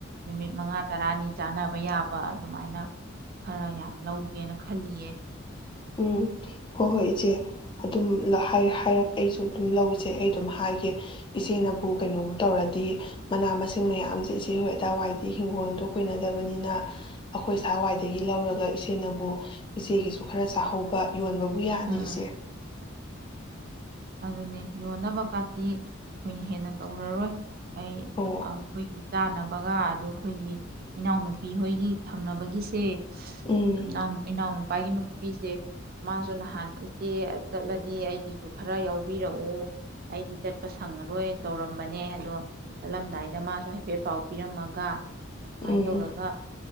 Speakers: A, on the right; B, on the left.
A: ꯅꯨꯃꯤꯠ ꯃꯉꯥ ꯇꯔꯥꯅꯤ ꯆꯥꯅꯕ ꯌꯥꯕ ꯑꯗꯨꯃꯥꯏꯅ ꯈꯔ ꯌꯥꯝ ꯂꯧꯒꯦꯅ ꯈꯜꯂꯤꯌꯦ ꯆꯥ
B: ꯎꯝ ꯍꯣ ꯍꯣꯏ ꯏꯆꯦ ꯑꯗꯨꯝ ꯍꯥꯏ ꯍꯥꯏꯔꯛ ꯑꯩꯁꯨ ꯑꯗꯨꯝ ꯂꯧ ꯏꯆꯦ ꯑꯩ ꯑꯗꯨꯝ ꯍꯥꯏꯒꯦ ꯏꯆꯦꯅꯕꯨ ꯀꯩꯅꯣꯕꯨ ꯇꯧꯔꯗꯤ ꯃꯅꯥ ꯃꯁꯤꯡ ꯃꯌꯥꯝꯁꯦ ꯏꯆꯦ ꯍꯣꯏ ꯑꯗꯥꯏꯋꯥꯏꯗꯤ ꯍꯤꯡꯒꯣꯜꯗꯣ ꯀꯨꯏꯅꯗꯕꯅꯤꯅ ꯑꯩꯈꯣꯏ ꯏꯁꯥ ꯋꯥꯏꯗꯒꯤ ꯂꯧꯔꯒ ꯏꯆꯦꯅꯕꯨ ꯏꯆꯦꯒꯤꯁꯨ ꯈꯔ ꯆꯥꯍꯧꯕ ꯌꯣꯟꯕꯕꯨ ꯌꯥꯅꯤ
A: ꯎꯝ
B: ꯏꯆꯦ
A: ꯑꯗꯨꯅꯤ ꯌꯣꯟꯅꯕ ꯀꯥꯇꯤ ꯈꯣꯏꯅ ꯍꯦꯟꯅ ꯇꯧꯔꯔꯣꯏ ꯑꯩ
B: ꯑꯣ
A: ꯑꯩꯈꯣꯏ ꯆꯥꯅꯕꯒ ꯑꯗꯣ ꯑꯩꯈꯣꯏꯒꯤ ꯏꯅꯥꯎꯅꯨꯄꯤ ꯍꯣꯏꯒꯤ ꯊꯪꯅꯕꯒꯤꯁꯦ
B: ꯎꯝ
A: ꯏꯅꯥꯎꯅꯨ ꯏꯅꯥꯎ ꯅꯨꯄꯥꯒꯤ ꯅꯨꯄꯤꯁꯦ ꯃꯥꯁꯨ ꯅꯍꯥꯟ ꯅꯍꯥꯟ ꯏꯆꯦ ꯆꯠꯂꯗꯤ ꯑꯩꯒꯤꯁꯨ ꯈꯔ ꯌꯥꯎꯕꯤꯔꯛꯎ ꯑꯩꯗꯤ ꯆꯠꯄ ꯁꯪꯉꯔꯣꯏ ꯇꯧꯔꯝꯕꯅꯦ ꯑꯗꯣ ꯆꯠꯂꯝꯗꯥꯏꯗ ꯃꯥꯁꯨ ꯍꯥꯏꯐꯦꯠ ꯄꯥꯎ ꯄꯤꯔꯝꯃꯒ ꯍꯥꯏ ꯑꯗꯨꯃꯥꯏ
B: ꯎꯝ
A: ꯇꯧꯔꯒ